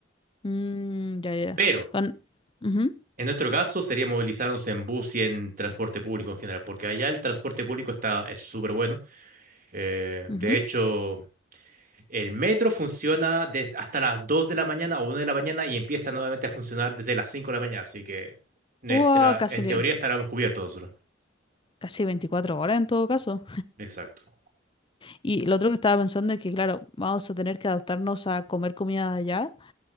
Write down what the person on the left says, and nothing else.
Mm, ya, ya.
Pan- ujú,
ujú.
Uah, casi,
le-
casi 24 horas en todo caso.
Y lo otro que estaba pensando es que, claro, vamos a tener que adaptarnos a comer comida de allá.